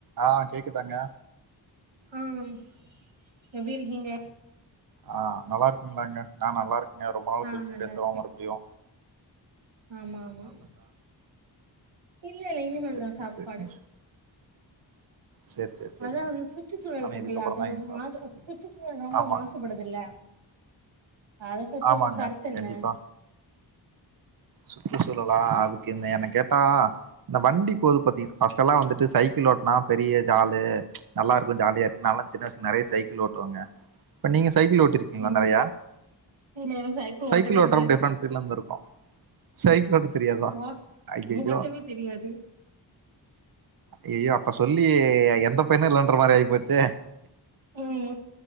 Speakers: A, on the right; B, on the right.
A: ஆ கேக்குதாங்க
B: ம் எப்டி இருக்கீங்க
A: அ நல்லா இருக்கீங்களாங்க நா நல்லாருக்கேங்க ரொம்ப நாள்
B: ஆ
A: கழிச்சு
B: நல்லா
A: பேசுறோ
B: இருக்கே
A: மறுபுடியு
B: ஆமா ஆமா இல்ல இல்ல இனிமேல்
A: சரி
B: தா
A: சரி
B: சாப்பாடு
A: சரிங்க. சரி சரி சரிங்க.
B: அதான் சுற்று சூழல்
A: நானு
B: இருக்குல்ல
A: இதுக்கப்புறம்
B: அது
A: தாங்க சாப்டணும்.
B: மாசு சுற்றுச்சூழல் ரொம்ப
A: ஆமாங்க
B: மாசுபடுதுல்ல அத பத்தி
A: ஆமாங்க
B: உங்க கருத்தென்ன
A: கண்டிப்பா. சுற்றுச்சூழலா அதுக்கு என்ன என்ன கேட்டா இந்த வண்டி போது பாத்தீங் பஸ்ட்டெல்லா வந்துட்டு சைக்கிள் ஓட்னா பெரிய ஜாலு நல்லா இருக்கு ஜாலியா இருக்கு நாலா சின்ன வயசுல நெறைய சைக்கிள் ஓட்டுவேங்க இப்ப நீங்க சைக்கிள் ஓட்டீரு கிங்களா
B: ம்
A: நெறையா
B: இல்ல எனக்கு
A: சைக்கிள்
B: ஓட்டவே
A: ஓட்டுறப்ப
B: தெரியாது
A: டிஃப்ரெண்ட் பீல்ல இருந்து இருக்கு சைக்கிள் ஓட்ட தெரியாதா
B: ஓ
A: ஐய்யயோ
B: ஓட்டவே தெரியாது
A: ஐயயோ அப்ப சொல்லி எந்த பையண்ணு இல்லன்ற மாரி ஆயிபோச்சே
B: ம்